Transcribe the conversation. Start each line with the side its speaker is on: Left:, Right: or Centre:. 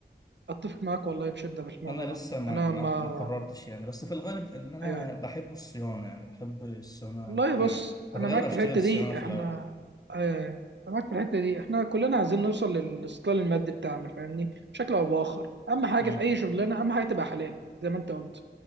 Right: اتفق معاك والله بشده في الموضوع
Left: انا
Right: ده
Left: لسه ما
Right: انا
Left: ما
Right: ما
Left: ما قررتش يعني بس في الغالب ان انا
Right: ايوه أيوة.
Left: بحب الصيانه يعني بحب الصيانه
Right: والله
Left: كتير
Right: بص
Left: ففي
Right: انا
Left: الغالب
Right: معاك
Left: هشتغل
Right: في الحته
Left: صيانه
Right: دي
Left: في
Right: احنا
Left: الاول
Right: آه انا معاك في الحته دي احنا كلنا عايزين نوصل للاستقلال المادي بتاعنا فاهمني بشكل او باخر اهم حاجه
Left: امم
Right: في اي شغلانه اهم حاجه تبقى حلال زي ما انت قلت